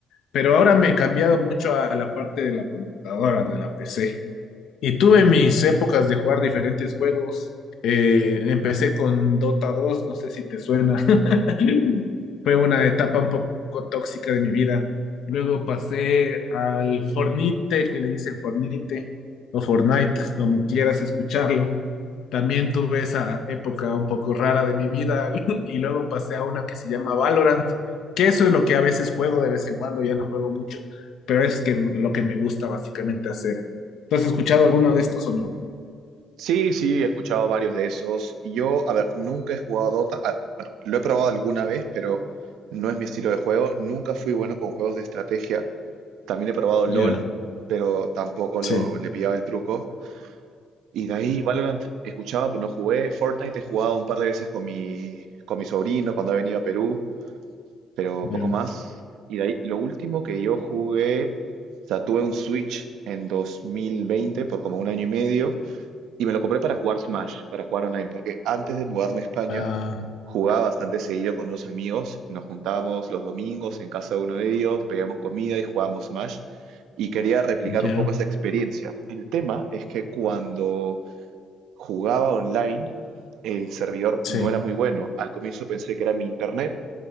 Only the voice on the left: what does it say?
pero ahora me he cambiado mucho a la parte de la computadora, de la PC. Y tuve mis épocas de jugar diferentes juegos. Eh, empecé con Dota 2, no sé si te suena. <laughs> Fue una etapa un poco tóxica de mi vida. Luego pasé al Fornite, que le dicen Fornite, o Fortnite, como quieras escucharlo. También tuve esa época un poco rara de mi vida <laughs> y luego pasé a una que se llama Valorant, que eso es lo que a veces juego de vez en cuando, ya no juego mucho, pero es que lo que me gusta básicamente hacer. ¿Tú has escuchado alguno de estos o no?
Ya,
sí,
ya,
ah,
ya,
sí.